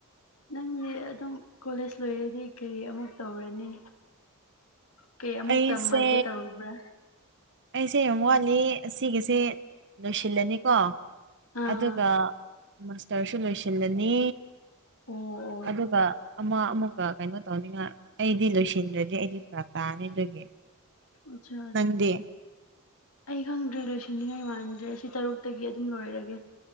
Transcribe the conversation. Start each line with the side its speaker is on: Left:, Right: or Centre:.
Left: ꯅꯪꯗꯤ ꯑꯗꯨꯝ ꯀꯣꯂꯦꯖ ꯂꯣꯏꯔꯗꯤ ꯀꯔꯤ ꯑꯃꯨꯛ ꯇꯧꯔꯅꯤ ꯀꯩꯑꯃꯨꯛ
Right: ꯑꯩꯁꯦ
Left: ꯇꯝꯃꯒꯦ ꯇꯧꯕ꯭ꯔꯥ
Right: ꯑꯩꯁꯦ ꯌꯥꯝ ꯋꯥꯠꯂꯤ ꯑꯁꯤꯒꯤꯁꯦ ꯂꯣꯏꯁꯤꯜꯂꯅꯤꯀꯣ
Left: ꯑꯥ
Right: ꯑꯗꯨꯒ ꯃꯥꯁꯇꯔꯁꯨ ꯂꯣꯏꯁꯤ ꯁꯤꯜꯂꯅꯤ
Left: ꯑꯣ ꯑꯣ
Right: ꯑꯗꯨꯒ ꯑꯃ ꯑꯃꯨꯛꯀ ꯀꯩꯅꯣ ꯇꯧꯅꯤꯉꯥꯏ ꯑꯩꯗꯤ ꯂꯣꯏꯁꯤꯟꯗ꯭ꯔꯗꯤ ꯑꯩꯗꯤ ꯐꯔꯛ ꯇꯥꯔꯅꯤ ꯑꯗꯨꯒꯤ
Left: ꯑꯆꯥꯥ ꯑꯆꯥ
Right: ꯅꯪꯗꯤ
Left: ꯑꯩ ꯈꯪꯗ꯭ꯔꯦ ꯂꯣꯏꯁꯤꯟꯅꯤꯡꯉꯥꯏ ꯃꯥꯟꯗ꯭ꯔꯦ ꯑꯁꯤ ꯇꯔꯨꯛꯇꯒꯤ ꯑꯗꯨꯝ ꯂꯣꯏꯔꯒꯦ